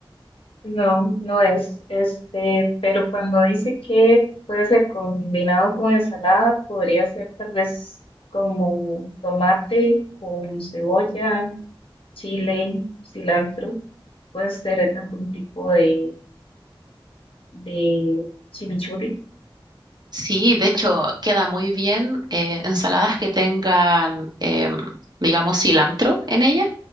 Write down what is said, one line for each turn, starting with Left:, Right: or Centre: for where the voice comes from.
Left: No, no es. Este, pero cuando dice que puede ser combinado con ensalada, podría ser tal vez como tomate con cebolla, chile, cilantro. Puede ser algún tipo de, de chimichurri.
Right: Sí, de hecho, queda muy bien eh, ensaladas que tengan, em, digamos, cilantro en ella.